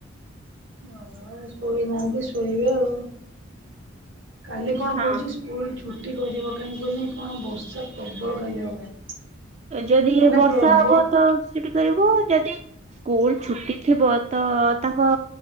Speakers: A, on the right; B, on the right.
A: ଅ ହଉ ଶୋଇନାହାନ୍ତି ଶୋଇବେ ଆଉ। କାଲି କଣ
B: ହଁ
A: କହୁଛି ସ୍କୁଲ ଛୁ ଛୁଟି କରିବ କାହିଁ କହନି କଣ ବର୍ଷା ପ୍ରବଳ କାଲି ହବ।
B: ଯଦି
A: ମାନେ
B: ଇଏ ବର୍ଷା
A: ପ୍ରବ
B: ହବ ତ ଶିଫ୍ଟି କରିବ ଯଦି ସ୍କୁଲ ଛୁଟି ଥିବ ତ ତାଙ୍କ